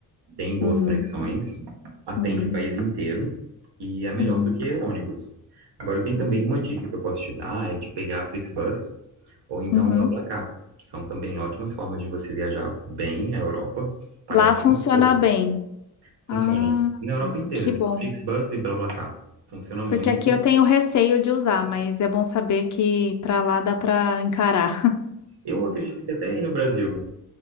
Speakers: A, on the right; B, on the left.
A: tem boas
B: Uhum,
A: conexões, atende
B: uhum,
A: o país inteiro e é melhor
B: uhum.
A: do que ônibus. Agora, tem também
B: Nossa.
A: uma dica que eu posso te dar, é de pegar a Flixbus ou então
B: Uhum.
A: o BlaBlaCar. São também ótimas formas de você viajar bem a Europa, pagando
B: Lá funciona
A: muito pouco.
B: bem.
A: Funciona.
B: Ah,
A: Na Europa inteira.
B: que bom.
A: Flixbus e BlaBlaCar. Funciona muito.
B: Porque aqui eu tenho receio de usar, mas é bom saber que para lá dá para encarar.
A: Eu acredito que até aí no Brasil.